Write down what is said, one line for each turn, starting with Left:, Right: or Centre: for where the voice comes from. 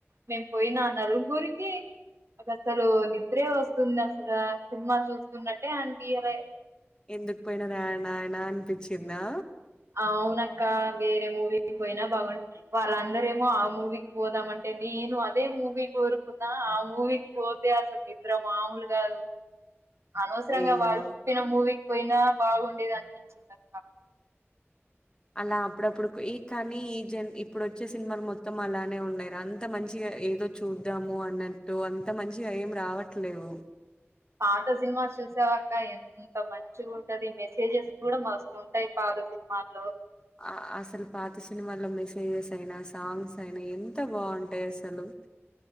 Right: మేము పోయిన నలుగురికి అసలు నిద్రే వస్తుందసలు, సినిమా చూస్తున్నట్టే అన్పియలే.
Left: ఎందుకు పోయిన రా నాయన అనిపిచ్చిందా?
Right: అవునక్క వేరే మూవీకి పోయినా బాగుండు, వాళ్ళందరేమో ఆ మూవీకి పోదామంటే నేను అదే మూవీ కోరుకున్నా, ఆ మూవీకి పోతే అసలు నిద్ర మాములుగాదు. అనవసరంగా
Left: అయ్యో
Right: వాళ్చెప్పిన మూవీక్ పోయినా బాగుండేదనిపించిందక్క.
Left: అలా అప్పుడప్పుడు కొ ఈ కనీ ఈ జన్ ఇప్పుడోచ్చే సినిమాలు మొత్తం అలానే ఉన్నయిరా, అంత మంచిగా ఏదో చూద్దాము అన్నట్టు అంత మంచిగా ఏం రావట్లేవు.
Right: పాత సినిమా చూసావాక్క ఎంత మంచిగుంటది, మెసేజెస్ గూడ మస్తుంటయి పాత సినిమాల్లో.
Left: ఆ అసలు పాత సినిమాల్లో మెసేజెస్ అయినా, సాంగ్స్ అయినా ఎంత బాగుంటయసలు.